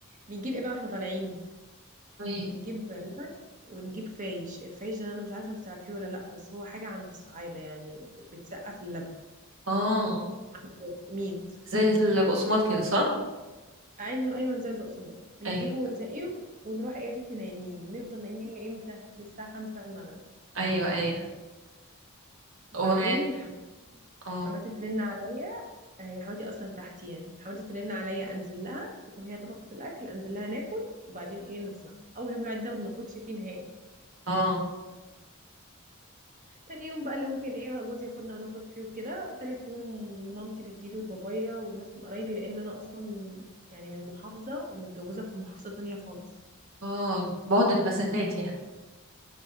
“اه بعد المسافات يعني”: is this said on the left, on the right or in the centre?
Right